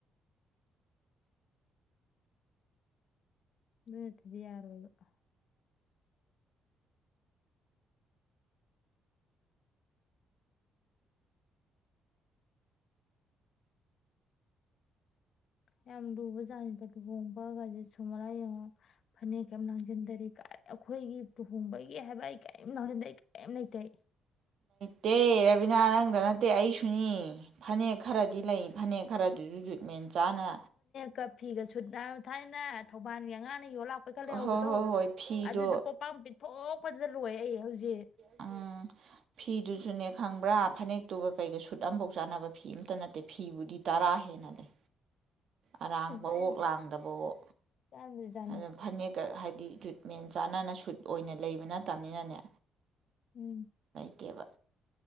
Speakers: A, on the left; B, on the right.
A: ꯑꯗꯨ ꯅꯠꯇꯔꯗꯤ ꯌꯥꯔꯣꯏꯖ ꯌꯥꯝ ꯂꯨꯕ ꯖꯥꯠꯅꯤꯗ ꯂꯨꯍꯣꯡꯕꯒ ꯁꯨꯝ ꯃꯔ <unintelligible> ꯂꯥ ꯌꯦꯡꯉꯣ ꯐꯅꯦꯛ ꯀꯩ ꯂꯥꯡꯁꯤꯟꯗꯔꯤ ꯀ ꯑꯩꯈꯣꯏꯒꯤ ꯂꯨꯍꯣꯡꯕꯒꯤ ꯍꯥꯏꯕ ꯑꯩ ꯀꯔꯤꯝ ꯂꯥꯡꯁꯤꯟꯗꯦ ꯑꯩ ꯀꯔꯤꯝ ꯂꯩꯇꯩ
B: ꯇꯦ ꯔꯕꯤꯅꯥ ꯅꯪꯗ ꯅꯠꯇꯦ ꯑꯩꯁꯨꯅꯤ ꯐꯅꯦꯛ ꯈꯔꯗꯤ ꯂꯩ ꯐꯅꯦꯛ ꯈꯔꯗꯨꯁꯨ ꯃꯦꯟꯆꯥꯅ
A: ꯀ ꯐꯤꯒ ꯁꯨꯠ ꯊꯥꯏꯅ ꯊꯧꯕꯥꯜꯒꯤ ꯑꯉꯥꯡꯅ ꯌꯣꯜꯂꯥꯛꯄꯩ ꯈꯔ ꯂꯩꯍꯧꯕꯗꯣ
B: ꯍꯣꯏ ꯍꯣꯏ ꯍꯣꯏ ꯐꯤꯗꯣ
A: ꯑꯗꯨꯁꯨ ꯄꯣꯠꯄꯥꯡ ꯄꯤꯊꯣꯛꯄꯗꯥꯗ ꯂꯣꯏ ꯔꯦ ꯍꯧꯖꯤꯛ
B: ꯎꯝ ꯐꯤꯗꯨꯁꯨꯅꯦ ꯈꯪꯕ꯭ꯔꯥ ꯐꯅꯦꯛꯇꯨꯒ ꯀꯩꯒ ꯁꯨꯠ ꯑꯃꯐꯥꯎ ꯆꯥꯅꯕ ꯐꯤ ꯑꯃꯇ ꯅꯠꯇꯦ ꯐꯤꯕꯨꯗꯤ ꯇꯔꯥ ꯍꯦꯟꯅ ꯂꯩ ꯑꯔꯥꯡꯕ
A: ꯑꯩꯅ
B: ꯑꯣ ꯂꯥꯡꯗꯕ ꯑꯣ
A: ꯆꯥꯕꯨꯗꯤ ꯆꯥꯅꯤꯡ
B: ꯑꯗꯨꯅ ꯐꯅꯦꯛꯀ ꯍꯥꯏꯗꯤ ꯖꯨꯠꯃꯦꯟ ꯆꯥꯟꯅꯅ ꯁꯨꯠ ꯑꯣꯏꯅ ꯂꯩꯕ ꯅꯠꯇꯕꯅꯤꯅꯅꯦ
A: ꯎꯝ
B: ꯂꯩꯇꯦꯕ